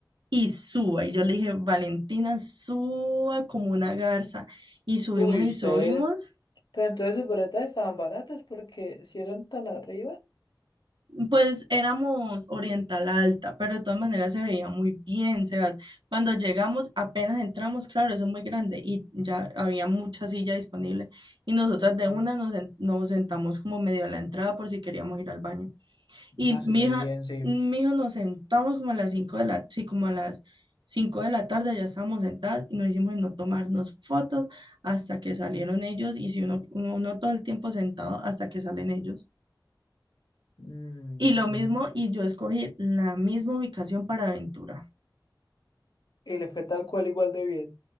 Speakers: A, on the right; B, on the left.
A: y suba. Y yo le dije, Valentina, suba como una garza. Y subimos
B: Uy,
A: y
B: ustedes.
A: subimos.
B: Pero entonces sus boletas estaban baratas porque si eran tan arriba.
A: Pues éramos Oriental Alta, pero de todas maneras se veía muy bien, Sebas. Cuando llegamos, apenas entramos, claro, eso es muy grande y ya había mucha silla disponible. Y nosotras
B: Ujú.
A: de una nos, sen- nos sentamos como medio a la entrada por si queríamos ir al baño. Y
B: Ah, súper
A: mi hija,
B: bien, sí.
A: mi hijo nos sentamos como a las 5 de la, sí, como a las 5 de la tarde ya estábamos sentadas y nos hicimos en no tomarnos fotos hasta que salieron ellos y si uno, uno, uno todo el tiempo sentado hasta que salen ellos.
B: Mm,
A: Y lo mismo, y yo escogí la misma ubicación para aventura
B: Y le fue tal cual igual de bien.